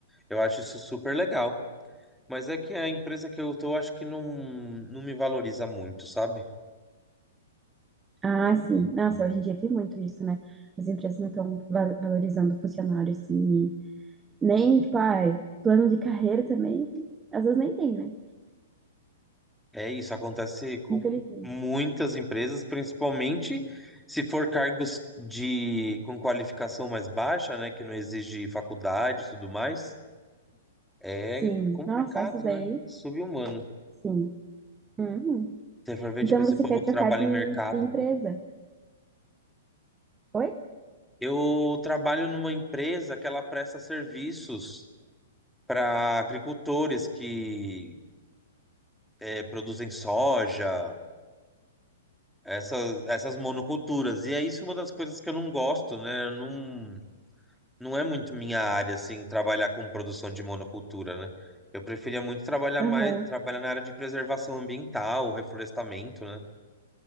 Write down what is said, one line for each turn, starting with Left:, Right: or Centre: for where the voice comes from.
Centre: Eu acho isso super legal. Mas é que a empresa que eu tô, acho que não, não me valoriza muito, sabe?
Right: Ah, sim.
Centre: E
Right: Nossa, hoje em dia tem muito isso, né? As empresas não estão valorizando o funcionário, assim, e nem, tipo, ai, plano de carreira também, às vezes nem tem, né?
Centre: é isso, acontece com
Right: Infelizmente.
Centre: muitas empresas, principalmente se for cargos de com qualificação mais baixa, né, que não exige faculdade e tudo mais. É
Right: Sim.
Centre: complicado,
Right: Nossa, essas
Centre: né?
Right: aí,
Centre: Sub-humano.
Right: sim. Uhum.
Centre: Se for ver,
Right: Então
Centre: tipo, esse
Right: você
Centre: povo
Right: quer trocar
Centre: que trabalha
Right: de,
Centre: em mercado.
Right: de empresa? Foi?
Centre: Eu trabalho numa empresa que ela presta serviços para agricultores que eh, produzem soja, essas, essas monoculturas. E é isso uma das coisas que eu não gosto, né? Eu Não, não é muito minha área, assim, trabalhar com produção de monocultura, né? Eu preferia muito trabalhar
Right: Aham.
Centre: mais, trabalhar na área de preservação ambiental, reflorestamento, né?